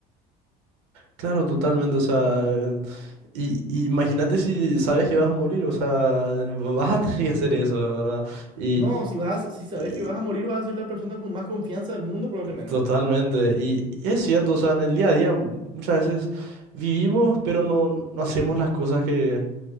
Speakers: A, on the right (about 85°); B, on the right (about 25°).
A: Claro, totalmente, o sea, y, y imagínate si sabes que vas a morir, o sea, <laughs> vas a tener que hacer eso, la ¿verdad? Y,
B: No, si vas, a- si sabes
A: y
B: que vas a morir, vas a ser la persona con más confianza del mundo, probablemente.
A: totalmente, y, y es cierto, o sea, en el día a día muchas veces vivimos, pero no, no hacemos las cosas que,